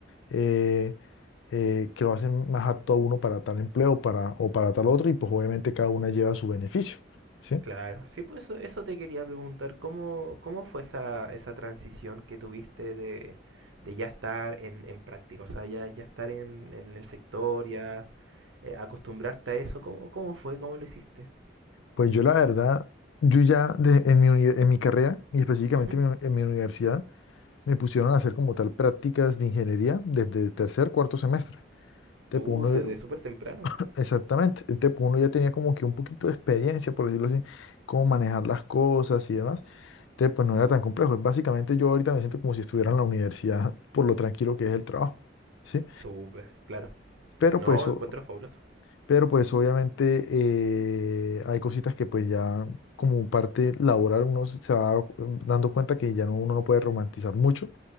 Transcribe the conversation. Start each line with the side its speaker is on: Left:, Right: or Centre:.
Left: eh, eh, que lo hacen más apto a uno para tal empleo para, o para tal otro, y pues obviamente cada una lleva su beneficio, ¿sí?
Right: Claro, sí, pues eso, eso te quería preguntar, ¿cómo, cómo fue esa, esa transición que tuviste de, de ya estar en, en práctica, o sea, ya, ya estar en, en el sector, ya eh, acostumbrarte a eso, ¿cómo, cómo fue, cómo lo hiciste?
Left: Pues yo la verdad, yo ya de- en mi, uni- en mi carrera y específicamente
Right: Ujú.
Left: en mi, en mi universidad, me pusieron a hacer como tal prácticas de ingeniería desde tercer, cuarto semestre. Entonces,
Right: Uf,
Left: pues,
Right: desde
Left: uno,
Right: súper temprano,
Left: Exactamente. Entonces, pues, uno ya tenía como que un poquito de experiencia, por decirlo así, cómo manejar las cosas y demás. Entonces, pues no era tan complejo. Básicamente yo ahorita me siento como si estuviera en la universidad por lo tranquilo que es el trabajo, ¿sí?
Right: súper, claro.
Left: Pero
Right: No,
Left: pues, o-
Right: encuentro fabuloso,
Left: pero pues obviamente eh, hay cositas que pues ya como parte laboral uno se se va dando cuenta que ya no, uno no puede romantizar mucho,